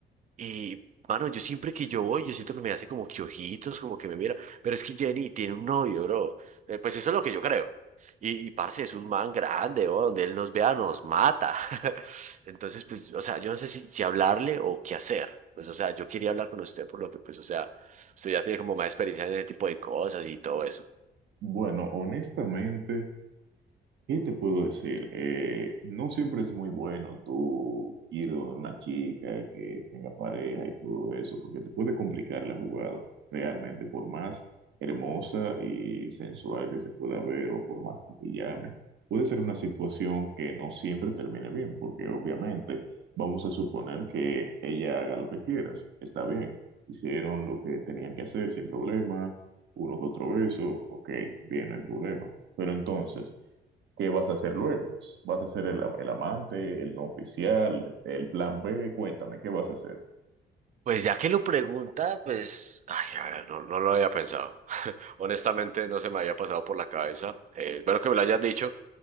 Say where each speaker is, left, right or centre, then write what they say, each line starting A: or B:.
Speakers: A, on the right; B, on the right.
A: Y, mano, yo siempre que yo voy, yo siento que me hace como que ojitos, como que me mira. Pero es que Jenny tiene un novio, bro. Eh, pues eso es lo que yo creo. Y, y parce, es un man grande, bro. Donde él nos vea, nos mata. <laughs> Entonces, pues, o sea, yo no sé si, si hablarle o qué hacer. Pues, o sea, yo quería hablar con usted por lo que, pues, o sea, usted ya tiene como más experiencia en ese tipo de cosas y todo eso.
B: Bueno, honestamente, ¿Qué te puedo decir? Eh, no siempre es muy bueno tú ir donde una chica que tenga pareja y todo eso, porque te puede complicar la jugada realmente, por más hermosa y sensual que se pueda ver o por más que te llame. Puede ser una situación que no siempre termine bien, porque obviamente vamos a suponer que ella haga lo que quieras, está bien, hicieron lo que tenían que hacer sin problema, uno que otro beso, ok, bien, no hay problema. Pero entonces... ¿Qué vas a hacer luego? ¿Vas a ser el, el amante, el no oficial, el plan B? Cuéntame, ¿qué vas a hacer?
A: Pues ya que lo pregunta, pues, ay, a ver, no, no lo había pensado. honestamente no se me había pasado por la cabeza. Eh, bueno que me lo hayas dicho,